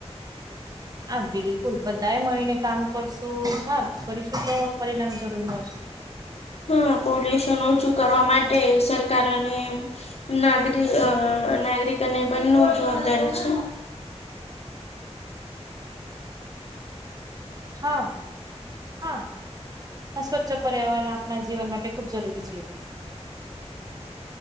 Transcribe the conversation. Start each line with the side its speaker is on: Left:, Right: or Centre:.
Right: હા બિલકુલ બધાએ મળીને કામ કરશું હા કરીશું, તો પરિણામ જરૂર મળશે.
Left: હા પોલ્યુસન ઓછું કરવા માટે સરકાર અને નાગરિક અ નાગરિક અને બંનુ જવાબદારી છે.
Right: હા હા હ સ્વચ્છ પર્યાવરણ આપણા જીવન માટે ખૂબ જરૂરી છે.